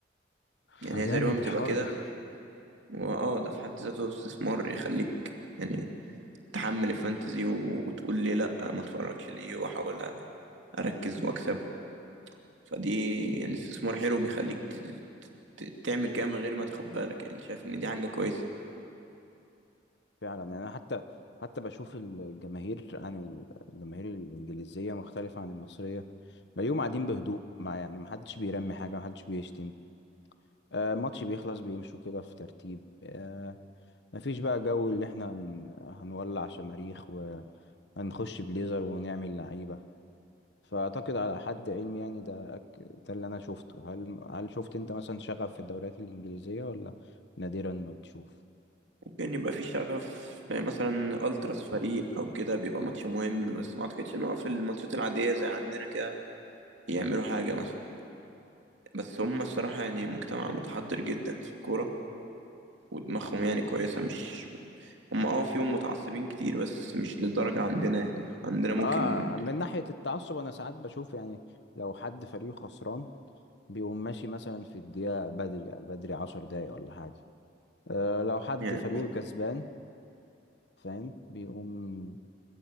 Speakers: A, on the left; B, on the right.
A: فجامد
B: يعني هي تقريبا بتبقى
A: الحوار
B: كده
A: ده
B: واه ده في حد ذاته استثمار يخليك يعني تحمل الفانتزي و- وتقول لي لا ما اتفرجش ليه واحاول اركز واكسب فدي يعني استثمار حلو بيخليك ت- ت- تعمل كده من غير ما تاخد بالك يعني شايف ان دي حاجة كويسة
A: فعلا يعني انا حتى حتى بشوف الجماهير عن ال- الجماهير الانجليزية مختلفة عن المصرية بلاقيهم قاعدين بهدوء ما يعني محدش بيرمي حاجة محدش بيشتم آه ماتش بيخلص بيمشوا كده في ترتيب آه، مفيش بقى جو اللي احنا هن- هنولع شماريخ وهنخش بليزر ونعمل لعيبة فأعتقد على حد علمي يعني ده أك- ده اللي أنا شفته هل هل شفت أنت مثلا شغف في الدوريات الإنجليزية ولا نادرا ما بتشوف؟
B: ممكن يبقى في شغف مثلا التراس فريق او كده بيبقى ماتش مهم بس ما اعتقدش ان هو في الماتشات العاديه زي عندنا كده يعملوا حاجه مثلا بس هم الصراحه يعني مجتمع متحضر جدا في الكوره ودماغهم يعني كويسه مش هم اه فيهم متعصبين كتير بس مش للدرجه عندنا يعني عندنا ممكن
A: آه من ناحية التعصب أنا ساعات بشوف يعني لو حد فريقه خسران بيقوم ماشي مثلا في الدقيقة بدري بدري عشر دقايق ولا حاجة آه لو حد
B: يعني
A: فريقه كسبان فاهم بيقوم